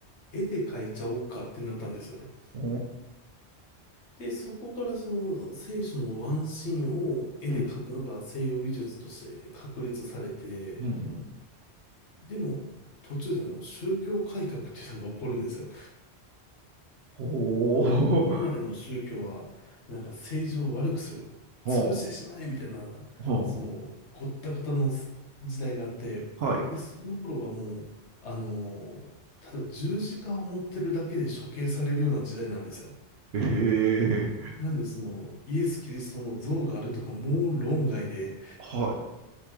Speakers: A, on the left; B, on the right.
A: 絵で描いちゃおうかってなったんですよね。
B: うん。
A: で、そこからその聖書のワンシーンを絵で描くのが西洋美術として確立されて、
B: うん。うん。
A: でも、途中であの宗教改革っていうのが起こるんですよ。
B: ほー。
A: 今までの宗教は、なんか政治を悪くする、
B: <laughs> ほう。
A: 潰してしまえみたいな、
B: ほう。
A: その、ごったごたのす時代があって、
B: はい。
A: で、その頃はもう、あの、例えば十字架を持ってるだけで処刑されるような時代なんですよ。
B: へえ。
A: なんで、その、イエス・キリストの像があるとか、もう論外で、
B: はい。